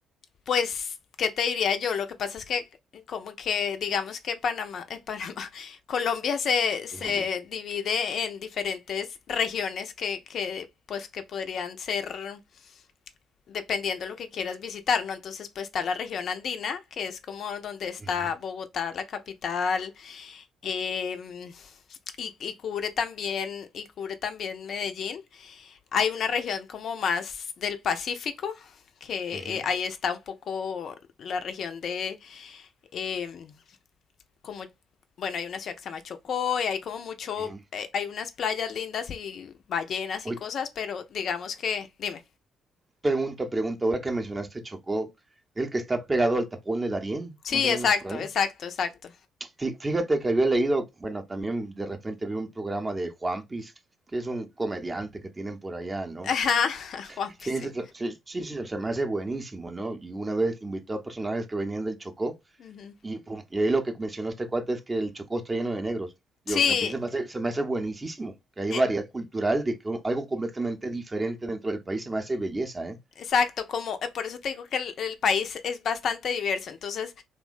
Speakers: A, on the left; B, on the right.
A: pues, ¿qué te diría yo? Lo que pasa es que como que digamos que Panamá, eh, Panamá, <laughs> Colombia se, se
B: Colombia.
A: divide en diferentes regiones que, que pues que podrían ser dependiendo lo que quieras visitar, ¿no? Entonces, pues está la región andina, que es como donde está
B: Ujú,
A: Bogotá, la capital, em, y, y cubre también, y cubre también Medellín. Hay una región como más del Pacífico, que
B: ujú,
A: eh, ahí está un poco la región de em, como bueno, hay una ciudad que se llama Chocó y hay como mucho,
B: ujú.
A: eh, hay unas playas lindas y ballenas
B: Oye,
A: y cosas, pero digamos que, dime.
B: pregunta, pregunta, ahora que mencionaste Chocó, el que está pegado al tapón de Darién,
A: Sí,
B: más o
A: exacto,
B: menos por ahí,
A: exacto, exacto.
B: Fí- Fíjate que había leído, bueno, también de repente vi un programa de Juanpis, que es un comediante que tienen por allá, ¿no?
A: Ajá, <laughs> Juanpi,
B: Sí,
A: sí.
B: sí, sí, sí, sí, se me hace buenísimo, ¿no? Y una vez invitó a personajes que venían del Chocó,
A: Ujú.
B: y, pum, y ahí lo que mencionó este cuate es que el Chocó está lleno de negros. Digo,
A: Sí,
B: a mí se me hace, se me hace buenísimo, que hay
A: e-
B: variedad cultural, de que un- algo completamente diferente dentro del país se me hace belleza, ¿eh?
A: exacto, como eh, por eso te digo que el, el país es bastante diverso. Entonces,